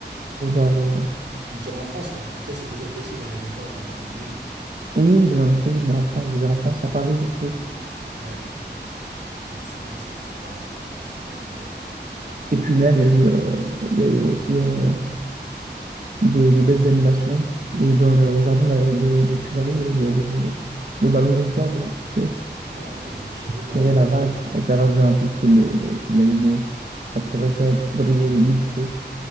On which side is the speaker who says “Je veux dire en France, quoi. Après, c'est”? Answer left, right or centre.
Right